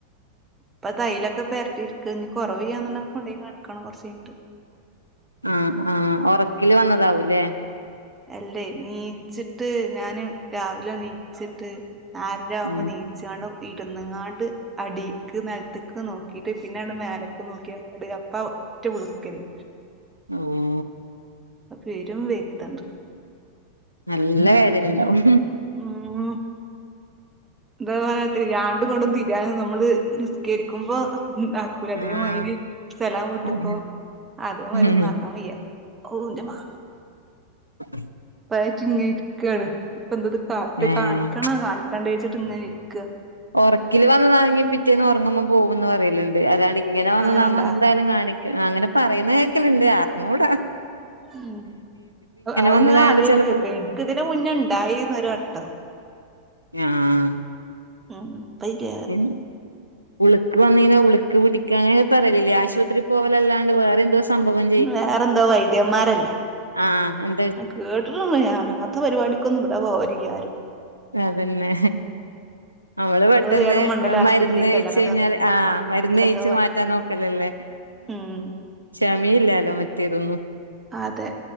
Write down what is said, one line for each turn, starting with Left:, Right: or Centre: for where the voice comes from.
Right: പ്പൊ തൈലൊക്കെ പെര്ട്ടിരിക്ക ഇഞ് കൊറവ്യ്യ എന്നുണ്ടെ കൊണ്ടയ് കാണിക്കണം കൊർച്ച്ഴ്ഞ്ഞിട്ട്
Left: ആഹ് ആഹ് ഒറക്കില് വന്നതാവൂല്ലേ
Right: അല്ലേ നീച്ചിട്ട് ഞാന് രാവിലെ നീച്ചിട്ട് നാരര ആവുമ്പോ
Left: ഉം
Right: നീ ചാണ്ടും ഇര്ന്ന്ങ്ങാണ്ട് അടിക്ക് നിലത്തക്ക് നോക്കിട്ട് പിന്നെ മേലക്കെ നോക്കിയ പാട് അപ്പ ട്ട് വിളിക്കല്
Left: ഓ
Right: അ പെരും വെര്ത്ണ്ട്
Left: നല്ല വേദനണ്ടാവും
Right: ഉം എന്താ പറാതില്ല ആണ്ടുകൊണ്ടും തിരാനും നമ്മള് നിസ്കരിക്കുമ്പോന്താക്കും ക്കുല അതേ
Left: ആഹ്
Right: മാരി സലാംവീട്ട്പ്പോ
Left: അതെ
Right: അതെ മരന്ന
Left: ഉം
Right: ആക്കാൻ വയ്യ ഓന്റെ മാ
Left: ഉ
Right: പ്പയെറ്റ് ഇങ്ങെ ഇരിക്കാണ് ഇപ്പ എന്തത്കാട്ടെ
Left: ഏഹ്
Right: കാണിക്കണ കാണിക്കെണ്ടയ്ചിട്ട് ഇങ്ങനെ ഇരിക്ക
Left: ഉറക്കിൽ വന്നതാറങ്ങി പിറ്റേന്ന് ഉറങ്ങുമ്പോ പോകന്ന് പറലണ്ട് അതാണ്ട് ഇങ്ങനെ വന്നതാവുമോ
Right: അങ്ങനെണ്ടാ
Left: എന്തായാലും കാണിക്കും അങ്ങനെ പറയുന്ന കേക്കല്ണ്ട് അറിഞ്ഞൂട
Right: ഉം അഉ
Left: വന്നതായോണ്ട്
Right: ഞാൻ ആദ്യയിട്ട്
Left: ചെലപ്പം
Right: കേക്ക ഇൻക് ഇതിന്റെ മുന്നെണ്ടായീര്ന്ന് ഒരുവട്ടം
Left: ആഹ്
Right: ഉം ഇപ്പ ഇല്ല
Left: എൻ ഉളുക്ക് വന്നയ്ഞ്ഞ ഉളുക്ക് പിടിക്ക അങ്ങെനെ പറലില്ലേ ആശുപത്രി പോവലല്ലാണ്ട് വേറെ എന്തോ സംഭവം
Right: വേറെന്തോ വൈദ്യന്മാരല്ലേ
Left: അ ആഹ് ഹൻ
Right: കേട്ടിട്ട്ണ്ട് ഞാനു അങ്ങത്തെ പരിപാടികൊന്നും ഇവടെ പോവൽല്ല്യാരും
Left: അതന്നെ നമ്മള് പെട്ടെന്ന്
Right: വേഗം മണ്ടല് ആശുപത്രിക്കല്ലേ
Left: മരുന്ന് കഴച്ച്
Right: അങ്ങനത്തെ
Left: കഴിഞ്ഞാല്
Right: എന്തെങ്കിലും
Left: ആഹ്
Right: വന്നാല്
Left: മരുന്ന്
Right: ബാധിക്കാത്ത
Left: കഴിച്ചു
Right: പോലത്തല്ലേ
Left: മാറ്റാൻ നോക്കലല്ലേ
Right: ഉം
Left: ക്ഷമയില്ലാലോ മറ്റേതൊന്നും
Right: അതെ